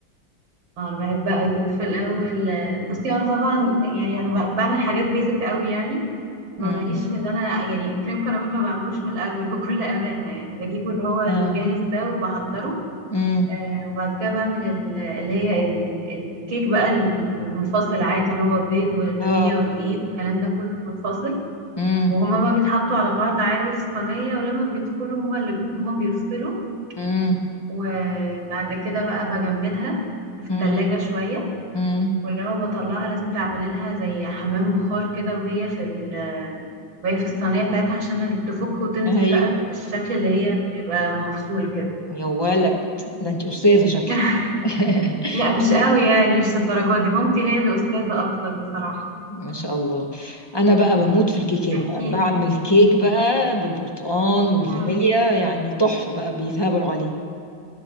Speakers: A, on the right; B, on the left.
A: اه انا بحبها قوي كنت في الاول بصي انا طبعا يعني انا ب- بعمل حاجات بيزك قوي يعني ما
B: مم.
A: ماليش في ان انا يعني كريم كراميل ما بعملوش من الاول <laughs> بكل امانه يعني بجيبه اللي هو الجاهز
B: آه.
A: ده وبحضره
B: مم.
A: آه وبعد كده بعمل ال- اللي هي ال- الكيك بقى المنفصل عادي اللي هو بيض والفانيليا
B: اه
A: والدقيق والكلام ده كله منفصل
B: مم.
A: وهما ما بيتحطوا على بعض عادي في الصينيه ولما بيدخلوا هما اللي هما بيفصلوا
B: مم.
A: وبعد كده بقى بجمدها في
B: مم.
A: التلاجة شوية
B: مم.
A: ولما بطلعها لازم تعملي لها زي حمام بخار كده وهي في ال وهي في الصينية بتاعتها عشان تفك وتنزل
B: ايوه
A: بقى بالشكل اللي هي بيبقى مفصول كده
B: يا ولد ده انت استاذه شكلك
A: <laughs>
B: <laughs>
A: لا مش قوي يعني مش الدرجة دي مامتي هي اللي أستاذة أكتر بصراحة
B: ما شاء الله انا بقى بموت في الكيكات
A: احكي
B: بقى بعمل
A: لي
B: كيك بقى بالبرتقال والفانيليا
A: امم
B: يعني تحفة بقى بيتهبلوا عليه